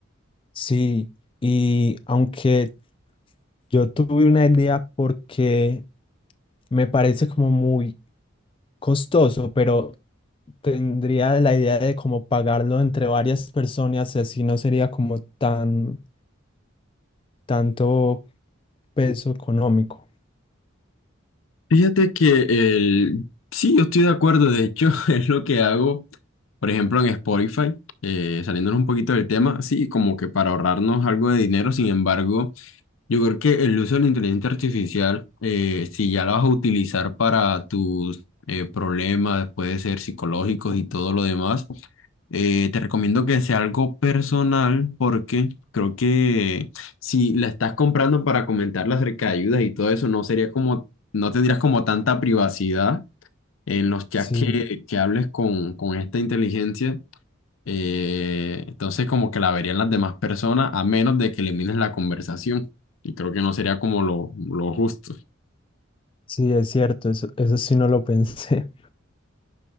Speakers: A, on the left (about 25°); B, on the left (about 75°).
A: Sí, y aunque yo tuve una idea porque me parece como muy costoso, pero tendría la idea de como pagarlo entre varias personas, así no sería como tan tanto peso económico.
B: Fíjate que el... sí, yo estoy de acuerdo, de hecho, <laughs> es lo que hago, por ejemplo, en Spotify, eh, saliéndonos un poquito del tema, sí, como que para ahorrarnos algo de dinero, sin embargo. Yo creo que el uso de la inteligencia artificial, eh, si ya la vas a utilizar para tus eh, problemas, puede ser psicológicos y todo lo demás, eh, te recomiendo que sea algo personal porque creo que si la estás comprando para comentarla acerca de ayudas y todo eso, no sería como, no tendrías como tanta privacidad en los chats
A: Sí,
B: que, que hables con, con esta inteligencia. Eh, entonces como que la verían las demás personas a menos de que elimines la conversación. Y creo que no sería como lo, lo justo.
A: sí, es cierto, eso, eso sí no lo <laughs> pensé.